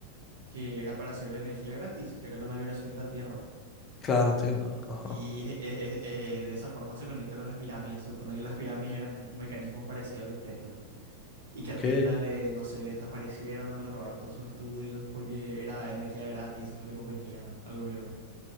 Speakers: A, on the right; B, on the left.
A: que era para hacer energía gratis, que era con la vibración de la Tierra.
B: Claro, entiendo. Ajá.
A: Y eh, eh, eh, de esa forma se conecta con las pirámides. Se supone que las pirámides eran un mecanismo parecido al de Tesla. Y que
B: Ok,
A: a Tesla le, no sé, le desaparecieron, no le robaron todos sus estudios porque era energía gratis, eso no le convenía al gobierno.